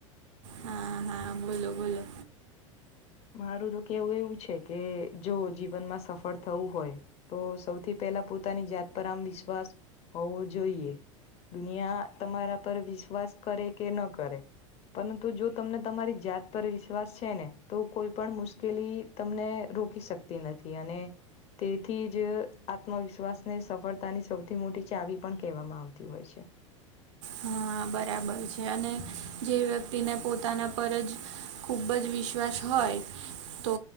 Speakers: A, on the right; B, on the left.
A: હા હા બોલો બોલો
B: મારું તો કેવું એવું છે કે જો જીવનમાં સફળ થવું હોય. તો સૌથી પહેલા પોતાની જાત પર આમ વિશ્વાસ હોવો જોઈએ. દુનિયા તમારા પર વિશ્વાસ કરે કે ન કરે. પરંતુ જો તમને તમારી જાત પર વિશ્વાસ છે ને તો કોઈ પણ મુશ્કેલી તમને રોકી શકતી નથી અને તેથી જ આત્મવિશ્વાસને સફળતાની સૌથી મોટી ચાવી પણ કહેવામાં આવતી હોય છે.
A: હા બરાબર છે અને જે વ્યક્તિને પોતાના પર જ ખુબ જ વિશ્વાસ હોય. તો